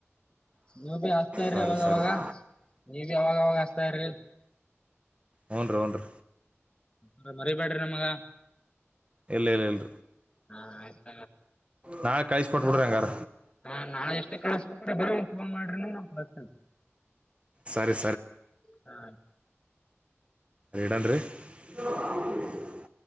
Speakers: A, on the left (about 20°); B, on the right (about 25°).
A: ನೀವು ಭೈ ಹಚ್ತಾ ಇರಿ
B: ಸರಿ
A: ಅವಾಗವಾಗ
B: ಸರಿ
A: <inaudible> ನೀವೇ ಅವಾಗಾಗ ಹಚ್ತಾ ಇರ್ರಿ
B: ಹುಂ ರೀ ಹುಂ ರೀ
A: ಹಾ ಮರಿಬ್ಯಾಡ್ರಿ ನಮಗ
B: ಇಲ್ಲ ಇಲ್ಲ ಇಲ್ಲ
A: ಹಾ ಆಯ್ತ್
B: ನಾ ಕೈಸಸ್ಪಟ್ಬ ಬಿಡ್ರಂಗಾರ
A: ಹಾ ನಾಳೆ ಎಷ್ಟೇ <unintelligible> ಫೋನ್ ಮಾಡ್ರಿ ಬರ್ತೀನಿ
B: ಸರಿ
A: ಹಾ
B: ಇಡನ್ರಿ <unintelligible>